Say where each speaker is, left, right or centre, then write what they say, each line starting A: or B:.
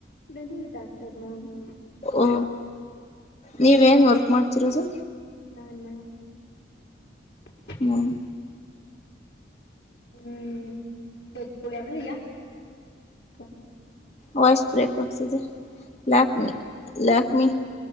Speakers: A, on the left; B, on the left.
A: ನಿ ಡಾಕ್ಟರ್ನ ಅವ್ನು.
B: ಓ ನೀವ್ ಏನ್ ವರ್ಕ್ ಮಾಡ್ ತೀರೋದು.
A: ನಾನಾ. <unintelligible>
B: ಮಮ್.
A: ಹ್ಮ್ ಇದ್ ಹಚ್ಕೊಳಿ ಆಮೇಲೆ ಯಾವ್ ಸಂಸ್ಕ್ರೀನ್ ಯುಸ್ ಮಾಡ್ತಿದಿರಾ.
B: ವಾಯ್ಸ್ ಬ್ರೇಕ್ ಆಗ್ತಿದೆ. ಲ್ಯಾಕ್ಮಿ ಲ್ಯಾಕ್ಮಿ.